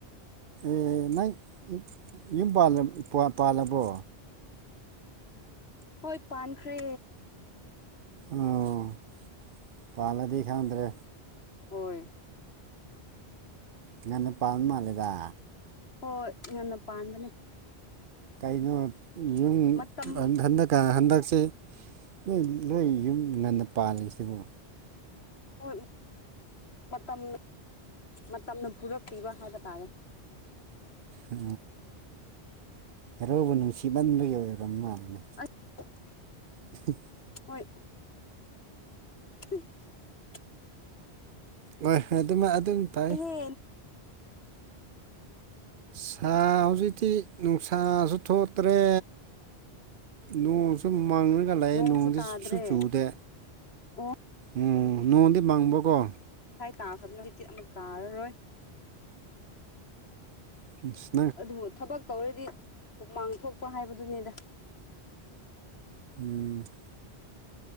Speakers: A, on the right; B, on the left.
A: ꯑꯦ ꯅꯪ ꯌꯨꯝ ꯄꯥꯜꯂꯕꯣ
B: ꯍꯣꯏ ꯄꯥꯟꯈ꯭ꯔꯦ
A: ꯑꯣ ꯄꯥꯂꯗꯤ ꯈꯥꯟꯗ꯭ꯔꯦ
B: ꯍꯣꯏ
A: ꯉꯟꯅ ꯄꯥꯜ ꯃꯥꯜꯂꯦꯗ
B: ꯍꯣꯏ ꯉꯟꯅ ꯄꯥꯟꯕꯅꯦ
A: ꯀꯩꯅꯣ ꯌꯨꯝ
B: ꯃꯇꯝ
A: ꯍꯟ ꯍꯟꯗꯛ ꯍꯟꯗꯛꯁꯦ ꯅꯣꯏ ꯂꯣꯏ ꯌꯨꯝ ꯉꯟꯅ ꯄꯥꯜꯂꯤꯁꯤꯕꯨ
B: ꯍꯣꯏ ꯃꯇꯝ ꯃꯇꯝꯅ ꯄꯨꯔꯛꯄꯤꯕ ꯍꯥꯏꯕ ꯇꯥꯔꯦ
A: ꯎ ꯍꯦꯔꯣꯏꯕꯨ ꯅꯨꯡꯁꯤꯕꯟꯕꯒꯤ ꯑꯣꯏꯔꯝ ꯃꯥꯜꯂꯤꯅꯦ
B: <unintelligible>
A: <unintelligible>
B: ꯍꯣꯏ <unintelligible>
A: ꯍꯣꯏ ꯍꯣꯏ ꯑꯗꯨꯃ ꯑꯗꯨꯝ
B: ꯁꯥꯏꯍꯦ
A: ꯇꯥꯏ ꯁꯥ ꯍꯧꯖꯤꯛꯇꯤ ꯅꯨꯡꯁꯥꯁꯨ ꯊꯣꯛꯇ꯭ꯔꯦ ꯅꯣꯡꯁꯨ ꯃꯥꯡꯉꯒ ꯂꯥꯛꯑꯦ
B: ꯅꯣꯡꯁꯨ
A: ꯅꯣꯡꯗꯤꯁꯨꯨ
B: ꯇꯥꯗ꯭ꯔꯦ
A: ꯆꯨꯗꯦ
B: ꯑꯣ
A: ꯎ ꯅꯣꯡꯗꯤ ꯃꯪꯕꯒꯣ
B: ꯇꯥꯈꯕꯅꯖꯤꯛꯇꯗꯤ ꯑꯃꯨꯛ ꯇꯥꯔꯔꯣꯏ
A: <unintelligible>
B: ꯑꯗꯨ ꯊꯕꯛ ꯇꯧꯔꯗꯤ ꯍꯃꯥꯡ ꯊꯣꯛꯄ ꯍꯥꯏꯕꯗꯨꯅꯤꯗ
A: <unintelligible>